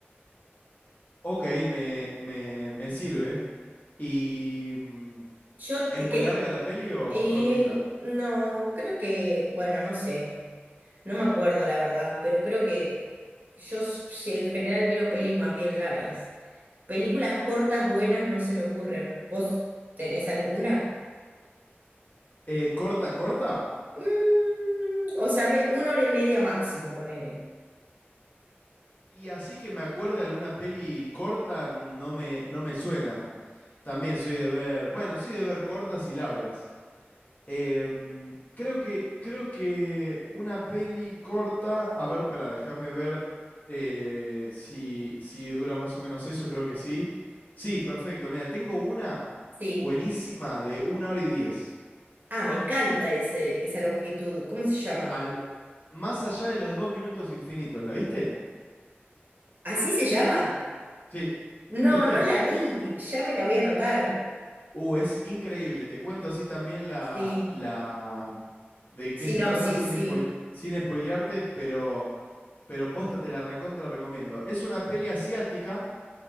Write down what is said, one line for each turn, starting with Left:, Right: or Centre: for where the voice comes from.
Left: Ok, me, me, me sirve. ¿Y mm,
Right: Yo,
Left: es muy
Right: que
Left: larga la peli o
Right: Y
Left: cortita?
Right: no, creo que, bueno, no sé, no me acuerdo la verdad, pero creo que yo s- si en general miro pelis más bien largas. Películas cortas buenas no se me ocurren. ¿Vos tenés alguna?
Left: Eh, ¿corta, corta?
Right: Mm, o sea, me- una hora y media máximo, ponele.
Left: Y así que me acuerde alguna peli corta, no me, no me suena. También soy de ver, bueno, soy de ver cortas y largas. Em, creo que, creo que una peli corta. A ver, espera, déjame ver eh, si, si dura más o menos eso. Creo que sí. Sí, perfecto. Mira, tengo una
Right: Sí.
Left: buenísima de una hora y diez.
Right: Ah, me encanta ese, esa longitud. ¿Cómo se llama?
Left: Al, más allá de los dos minutos infinitos. ¿La viste?
Right: ¿Así se llama?
Left: Sí, ¿La
Right: No,
Left: viste?
Right: no la vi. Ya me la voy a anotar.
Left: Uh, es increíble. Te cuento así también la,
Right: Sí.
Left: la de qué
Right: Sinopsis,
Left: se trata sin
Right: sí.
Left: spoil- sin spoilearte, pero pero posta te la recontra recomiendo. Es una peli asiática,